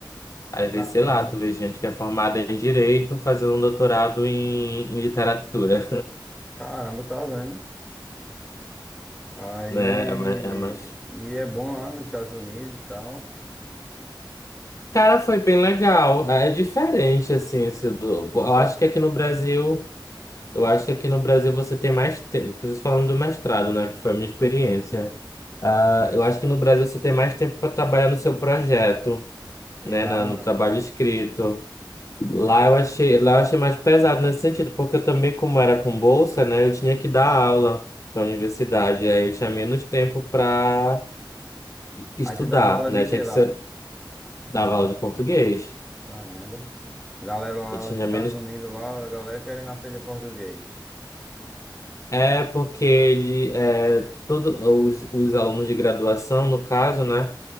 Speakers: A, on the left; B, in the centre.
A: Às vezes,
B: Caramba,
A: sei lá, tu vê gente que é formada em direito fazendo um doutorado em, em literatura,
B: caramba, tá vendo? Aí,
A: <laughs> né? É, ma- é
B: e
A: mais...
B: é bom lá nos Estados Unidos e tal.
A: Cara, foi bem legal. É diferente, assim, esse do...
B: Se
A: Eu
B: você
A: acho
B: ac-
A: que aqui no Brasil Eu acho que aqui no Brasil você tem mais tempo. Estou falando do mestrado, né? Que foi a minha experiência. Ah, eu acho que no Brasil você tem mais tempo para trabalhar no seu projeto,
B: ir
A: né?
B: lá,
A: na- no
B: não,
A: trabalho
B: lá.
A: escrito. Lá eu achei, lá eu achei mais pesado nesse sentido, porque eu também, como era com bolsa, né? Eu tinha que dar aula para a universidade. Aí eu tinha menos tempo para estudar,
B: Aí tu dava aula
A: né?
B: de que
A: Tinha que
B: lá?
A: ser, dava aula de português.
B: Caramba. Galera lá,
A: Eu tinha
B: os Estados
A: menos.
B: Unidos lá, a galera querendo aprender português.
A: É porque ele, é, todo, os, os alunos de graduação, no caso, né?